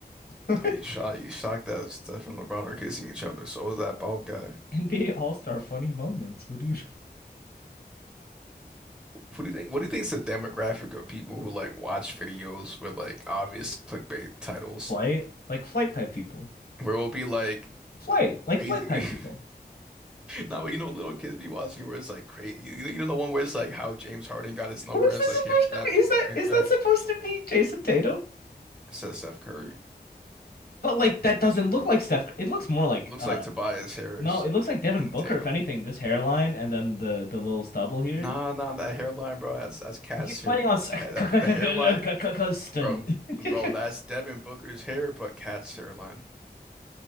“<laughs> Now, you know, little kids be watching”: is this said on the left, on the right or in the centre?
Centre